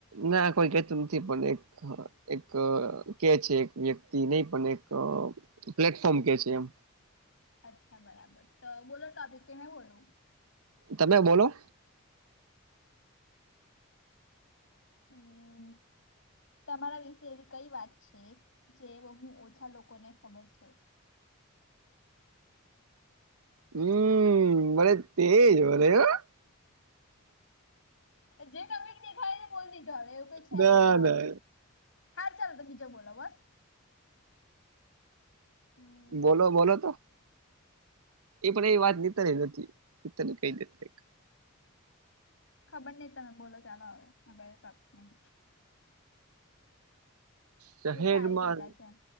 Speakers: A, on the right; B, on the left.
A: ના કોઈ કેતું નથી, નથી પણ એક. એક કે છે, એક વ્યક્તિ નહીં, પણ એક પ્લેટફોર્મ કે છે, એમ.
B: અચ્છા, બરાબર, તો બોલો ટોપિક કે મે બોલું.
A: તમે બોલો?
B: હમ. તમારા વિશે એવી કઈ વાત છે, જે બહુ ઓછા લોકોને ખબર છે.
A: હમ, ભલે તેજ અરે વાહ.
B: જે તમે દેખાય એ બોલ દીધો, હવે એવું કોઈ છે,
A: ના
B: નહી હા.
A: ના
B: હા, ચાલ, તો બીજા બોલો, બસ. અમ,
A: બોલો, બોલો તો? એ પણ એ વાત નીત નથી, કઈ દી.
B: ખબર નહીં, તમે બોલો, ચાલો? હવે ટોપિક નહીં.
A: શહેરમાં
B: બધા આવી ગયેલા છે અમ,